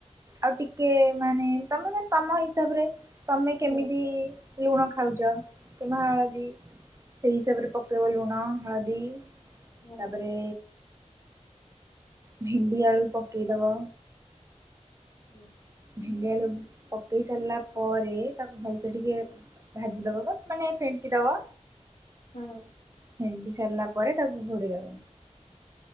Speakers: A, on the right; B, on the left.
A: ଆଉ ଟିକେ ମାନେ ତମେ ଯେମିତି ତମ ହିସାବରେ ତମେ କେମିତି
B: ହୁଁ
A: ଲୁଣ ଖାଉଚ଼ କିମ୍ବା ହଳଦୀ ସେଇ ହିସାବରେ ପକେଇବ ଲୁଣ ହଳଦୀ
B: ହୁଁ
A: ତାପରେ ଭେଣ୍ଡି ଆଳୁ ପକେଇଦବ
B: ହୁଁ ହଁ।
A: ଭେଣ୍ଡିଆଳୁ ପକେଇ ସାରିଲା ପରେ ତାକୁ ଭଲସେ ଟିକେ ଭାଜି ଦବ ଗୋ ମାନେ ଫେଣ୍ଟି ଦବ
B: ହୁଁ ହୁଁ।
A: ଫେଣ୍ଡି ସାରିଲା ପରେ ତାକୁ ଘୋଡ଼େଇଦବ